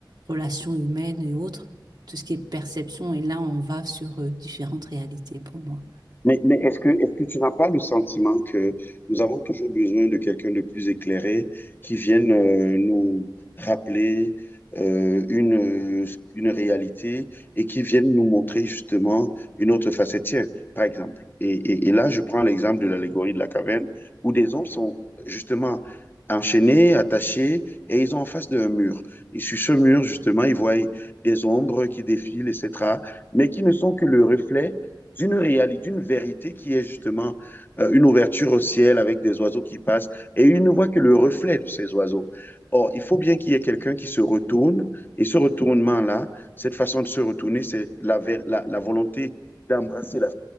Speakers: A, on the right; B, on the left.
A: relations humaines et autres, tout ce qui est perception, et là, on va sur euh, différentes réalités pour moi.
B: Mais, mais est-ce que, est-ce que tu n'as pas le sentiment que nous avons toujours besoin de quelqu'un de plus éclairé qui vienne euh, nous rappeler euh, une, euh, une réalité et qui vienne nous montrer justement une autre facette? Tiens, par exemple, et, et, et là, je prends l'exemple de l'allégorie de la caverne où des hommes sont justement enchaînés, attachés et ils ont en face d'un mur. Et sur ce mur, justement, ils voient des ombres qui défilent, etc., mais qui ne sont que le reflet d'une réalité, d'une vérité qui est justement euh, une ouverture au ciel avec des oiseaux qui passent et il ne voit que le reflet de ces oiseaux. Or, il faut bien qu'il y ait quelqu'un qui se retourne et ce retournement-là, cette façon de se retourner, c'est la, la, la, volonté d'embrasser la,